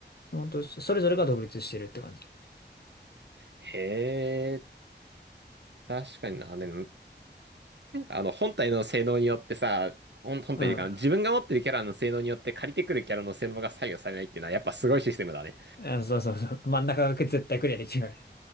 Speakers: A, on the left; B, on the right.
A: 本当それぞれが独立してるって感じ。
B: へえ、確かにな。でも、あの、本体の性能によってさ、本、本体というか、
A: うん。
B: 自分が持ってるキャラの性能によって借りてくるキャラの性能が左右されないっていうのは、やっぱすごいシステムだね。
A: あ、そうそうそう。真ん中が絶対クリアできない。